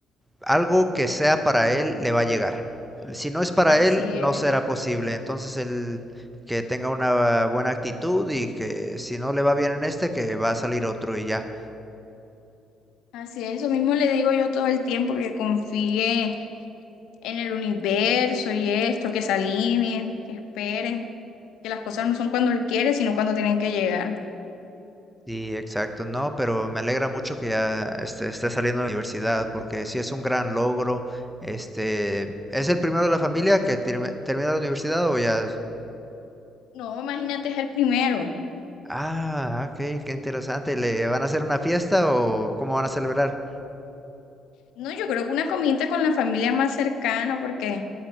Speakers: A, in the centre; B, on the left.
A: algo que sea para él le va a llegar. Si no es para
B: Así
A: él, no
B: es,
A: será posible. Entonces, el que tenga una buena actitud y que si no le va bien en este, que va a salir otro y ya.
B: así es, eso mismo le digo yo todo el tiempo, que confíe en el universo y esto, que se alineen, que esperen, que las cosas no son cuando él quiere, sino cuando tienen que llegar.
A: Sí, exacto, no, pero me alegra mucho que ya este, esté saliendo de la universidad, porque sí es un gran logro. Este, ¿es el primero de la familia que termi- termina la universidad o ya?
B: No, imagínate, es el primero.
A: Ah, ok, qué interesante. ¿Le van a hacer una fiesta o cómo van a celebrar?
B: No, yo creo que una comida con la familia más cercana, porque